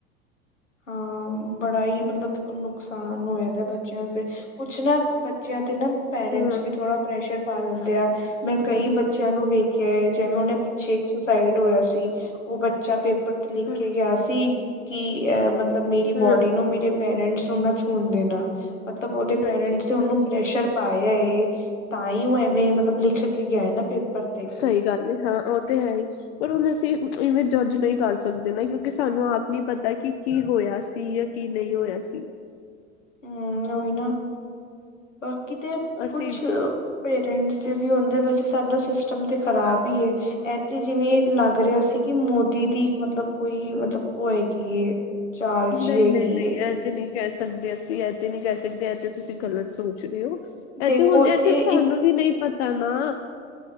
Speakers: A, on the left; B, on the left.
A: ਹਾਂ ਬੜਾ ਹੀ ਮਤਲਬ ਨੁਕਸਾਨ
B: ਤੁਸੀਂ
A: ਹੋਇਆ
B: ਸੋ
A: ਦਾ ਬੱਚਿਆਂ ਅਸਤੇ ਕੁਛ ਨਾ ਬੱਚਿਆਂ 'ਤੇ ਨਾ ਪੈਰੈਂਟਸ
B: ਹਮ
A: ਵੀ ਥੋੜ੍ਹਾ ਪ੍ਰੈਸ਼ਰ ਪਾ ਦਿੰਦੇ ਆ ਮੈਂ ਕਈ ਬੱਚਿਆਂ ਨੂੰ ਵੇਖਿਆ ਹੈ ਜਿਵੇਂ ਉਹਨੇ ਪਿੱਛੇ ਇੱਕ ਸੁਸਾਇਡ ਹੋਇਆ ਸੀ। ਉਹ ਬੱਚਾ ਪੇਪਰ ਤੇ ਲਿਖ
B: ਹਮ
A: ਕੇ ਗਿਆ ਸੀ ਕਿ ਅਹ ਮਤਲਬ ਮੇਰੀ
B: ਹਮ
A: ਬੋਡੀ ਨੂੰ ਮੇਰੇ ਪੇਰੈਂਟਸ ਨੂੰ ਨਾ ਛੂਣ ਦੇਣਾ ਮਤਲਬ ਉਹਦੇ
B: ਹਾਂਜੀ
A: ਪੇਰੈਂਟਸ
B: ਹਾਂਜੀ
A: ਨੇ ਉਹਨੂੰ ਪ੍ਰੈਸ਼ਰ
B: ਹਾਂਜੀ
A: ਪਾਇਆ ਏ। ਤਾਂ ਹੀ ਉਹ ਐਵੇਂ ਮਤਲਬ ਲਿਖ ਕੇ ਗਿਆ ਨਾ ਪੇਪਰ ਤੇ
B: ਸਹੀ ਗੱਲ ਹਾਂ ਉਹ ਤੇ ਹੈ ਹੀ। ਪਰ ਹੁਣ ਅਸੀਂ ਇਵੇਂ ਜੱਜ ਨਹੀਂ ਕਰ ਸਕਦੇ ਨਾ ਕਿਉਂਕਿ ਸਾਨੂੰ ਆਪ ਨੀ ਪਤਾ ਕਿ ਕੀ ਹੋਇਆ ਸੀ ਜਾ ਕੀ ਨਹੀਂ ਹੋਇਆ ਸੀ।
A: ਹੂੰ ਉਹੀ ਨਾ ਉਹ ਕਿਤੇ
B: ਅਸੀਂ
A: ਕੁਛ ਪੇਰੈਂਟਸ ਦੇ ਵੀ ਹੁੰਦਾ ਵੈਸੇ ਸਾਡਾ ਸਿਸਟਮ ਤੇ ਖ਼ਰਾਬ ਹੀ ਐ। ਇੱਥੇ ਜਿਵੇਂ ਲੱਗ ਰਿਹਾ ਸੀ ਕਿ ਮੋਦੀ ਦੀ ਇੱਕ ਮਤਲਬ ਕੋਈ ਮਤਲਬ ਉਹ ਹੈਗੀ ਏ। ਚਾਲ
B: ਨਹੀਂ-ਨਹੀਂ-ਨਹੀਂ
A: ਜੀ ਹੈਗੀ ਏ
B: ਇਹ ਤੇ ਨਹੀਂ ਕਹਿ ਸਕਦੇ ਅਸੀਂ ਇਹ ਤੇ ਨਹੀਂ ਕਹਿ ਸਕਦੇ। ਤੇ ਤੁਸੀਂ ਗਲਤ ਸੋਚ ਰਹੇ ਹੋ
A: ਦੇਖੋ
B: ਇਹ ਤੇ ਹੁਣ ਇਹ ਤੇ ਸਾਨੂੰ
A: ਇੱਕ
B: ਵੀ ਨਹੀਂ ਪਤਾ ਨਾ